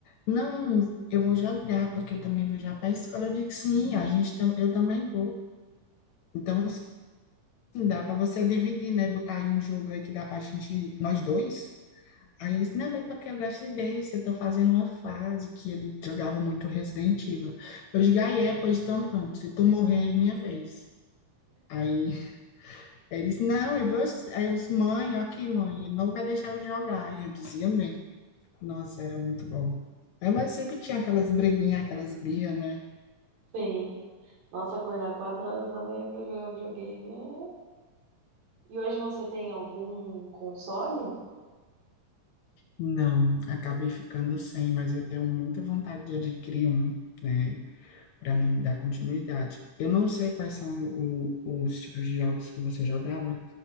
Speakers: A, on the left (about 75°); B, on the right (about 85°).
A: não, eu vou jogar, porque eu também vou já para a escola. Eu digo, sim, a gente, tam- eu também vou. Então, assim, Sim, dá pra você dividir, né? Botar aí um jogo aí que dá pra gente, nós dois. Aí ele disse, não, mas é porque eu gosto desse, eu tô fazendo uma fase que ele jogava muito Resident Evil. Eu digo, aí é, pois então pronto, se tu morrer, é minha vez. Aí ele disse, não, eu vou... Aí eu disse, mãe, ó aqui, mãe, ele não vai deixar eu jogar. Aí eu dizia, bem, Nossa, era muito bom. É, mas sempre tinha aquelas briguinhas, aquelas birras, né?
B: Sim. Nossa, acordar 4 horas da manhã pra jogar videogame. é. E hoje você tem algum console? <laughs>
A: Não, acabei ficando sem, mas eu tenho muita vontade de adquirir um, né? para mim dar continuidade. Eu não sei quais são o- os tipos de jogos que você jogava,